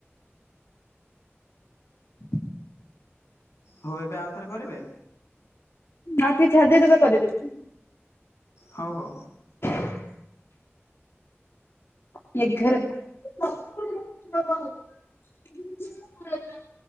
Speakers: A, on the left; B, on the left.
A: <unintelligible>
B: ହଉ ଏବେ ଆଉଥରେ କରିବେ?
A: ଆଉ ଟିକେ ଛାଡ଼ିଦେଇ ତତେ କରିବି।
B: ହଉ ହଉ।
A: <inaudible> <inaudible>